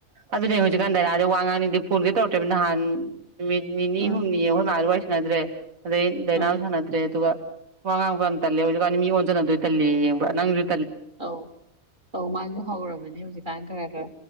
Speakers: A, on the right; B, on the right.
A: ꯑꯗꯨꯗꯤ ꯍꯧꯖꯤꯀꯥꯟ ꯗꯥꯏꯅꯥꯁꯦ ꯋꯥ ꯉꯥꯡꯅꯤꯡꯗꯦ ꯐꯣꯟꯁꯤ ꯇꯧ ꯔꯛꯇ꯭ꯔꯦꯕ ꯅꯍꯥꯟ ꯅꯨꯃꯤꯠ ꯅꯤꯅꯤ
B: ꯑꯥ
A: ꯍꯨꯝꯅꯤ ꯑꯩꯈꯣꯏ ꯃꯥꯁꯨ ꯋꯥꯔꯤ ꯁꯥꯟꯅꯗ꯭ꯔꯦ ꯑꯗꯩ ꯗꯩꯅꯥꯁꯨ
B: ꯑꯥ
A: ꯁꯥꯟꯅꯗ꯭ꯔꯦ ꯑꯗꯨꯒ ꯋꯥꯉꯥꯡꯕ ꯌꯥꯝ ꯇꯜꯂꯦ ꯍꯧꯖꯤꯛꯀꯥꯟ ꯃꯤꯉꯣꯟ ꯅꯗꯣꯏ ꯇꯜꯂꯦꯌꯦ <unintelligible> ꯅꯪꯁꯨ
B: ꯑꯧ ꯑꯧ ꯃꯥꯥꯏꯁꯨ ꯍꯧꯔꯕꯅꯦ ꯍꯧꯖꯤꯛꯀꯥꯟ ꯈꯔ ꯈꯔ